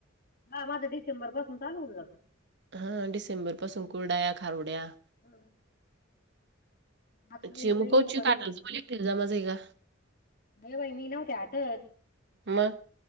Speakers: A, on the left; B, on the right.
A: हा माझं डिसेंबर पासून चालू होऊन जात
B: हा डिसेंबर पासून कुर्डाया खारवड्या
A: हम्म पाच महिने
B: चिमको
A: काही नाही
B: चिकाटल
A: पण
B: तुम्हाला एकटीला जमाच आहे का?
A: अ बाई मी नव्हते आतच
B: मग